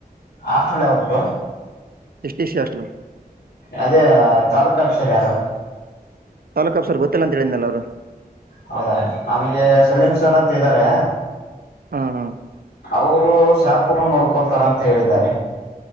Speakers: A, on the left; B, on the right.
A: ಹಾಸ್ಟೆಲ್ ಯಾವುದು ಬ್ರೋ
B: ಎಸ್ ಡಿ ಸಿ ಹಾಸ್ಟೆಲ್ಲೂ
A: ಅದೇ ತಾಲೂಕ್ ಆಫೀಸರ್ ಯಾರು
B: ತಾಲ್ಲೂಕ್ ಆಫೀಸರಾ ಗೊತ್ತಿಲ್ಲ ಅಂತ ಹೇಳಿದನಲ್ಲ ಬ್ರೋ
A: ಹೌದಾ ನಮಗೆ ಸಲೀಂ ಸರ್ ಅಂತ ಇದ್ದಾರೆ.
B: ಹ್ಮ ಹ್ಮ್
A: ಅವರು ಶಾಪುನು ನೋಡ್ಕೋತಾರ ಅಂತ ಹೇಳಿದ್ದಾರೆ.